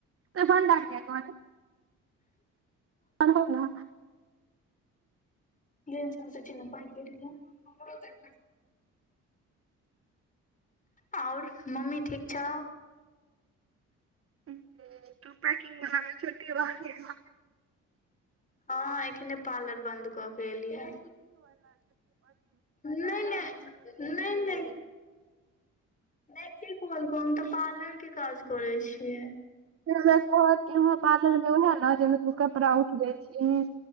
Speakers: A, on the right (about 50°); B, on the left (about 25°).
A: त भंडार किये कहलै। अनहौ ना
B: <unintelligible> और मम्मी ठीक छौ।
A: <unintelligible>
B: हँ एखने पार्लर बन्द कऽ के एलि यैं। नहि-नहि-नहि-नहि नहि के कहलकौ, हम तऽ पार्लर के काज करै छियै।
A: गै हमरा कहत के हाँ पार्लर मे, उहें न जेमे तु कपड़ा उठबय छीहीं।